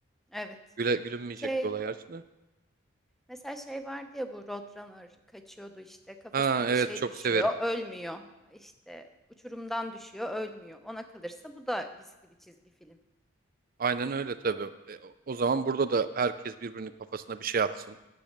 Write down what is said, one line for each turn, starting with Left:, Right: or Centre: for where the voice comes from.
Centre: Evet.
Right: Güle, gülünmeyecek
Centre: Şey,
Right: bir olay gerçi de.
Centre: mesela şey vardı ya bu Roadrunner kaçıyordu işte kafasına
Right: Ha
Centre: bir
Right: evet
Centre: şey
Right: çok
Centre: düşüyor,
Right: severim.
Centre: ölmüyor. İşte uçurumdan düşüyor, ölmüyor. Ona kalırsa bu da riskli bir çizgi film.
Right: Aynen öyle tabii. E, o zaman burada da herkes birbirinin kafasına bir şey atsın.